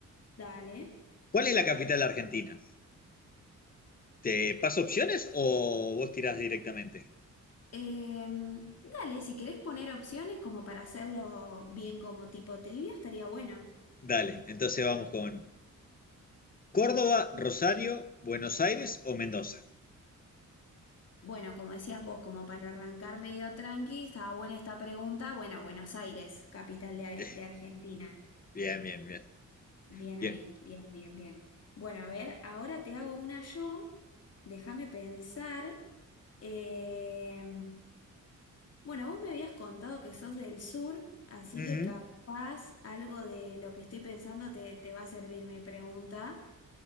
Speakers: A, on the left (about 50°); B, on the left (about 30°).
A: dale.
B: ¿Cuál es la capital de Argentina? ¿Te paso opciones o vos tirás directamente?
A: Em, dale, si querés poner opciones como para hacerlo bien como tipo trivia, estaría bueno.
B: Dale, entonces vamos con Córdoba, Rosario, Buenos Aires o Mendoza.
A: Bueno, como decías vos, como para arrancar medio tranqui, estaba buena esta pregunta. Bueno, Buenos Aires, capital de,
B: <laughs>
A: de Argentina.
B: Bien, bien, bien.
A: Bien
B: Bien.
A: ahí, bien, bien, bien. Bueno, a ver, ahora te hago una yo. Déjame pensar. Eh, bueno, vos me habías contado que sos del sur, así
B: Ujú.
A: que capaz algo de lo que estoy pensando te, te va a servir mi pregunta.